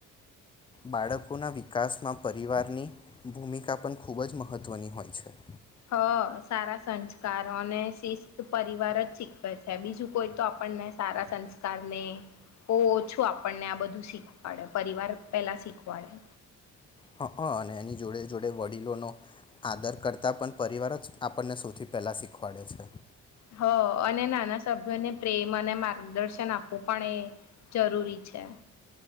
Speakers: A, on the left (about 15°); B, on the left (about 65°).
A: બાળકોના વિકાસમાં પરિવારની ભૂમિકા પણ ખૂબ જ મહત્ત્વની હોય છે
B: હ સારા સંસ્કાર અને શિસ્ત પરિવાર જ શીખવે છે બીજું કોઈ તો આપણને સારા સંસ્કારને બહ ઓછું આપણને આ બધું શીખવાડે પરિવાર પેલા શીખવાડે
A: હ હ અને એની જોડે જોડે વડીલોનો આદર કરતાં પણ પરિવાર જ આપણને સૌથી પહેલા શીખવાડે છે
B: હ અને નાના સભ્યોને પ્રેમ અને માર્ગદર્શન આપવું પણ એ જરૂરી છે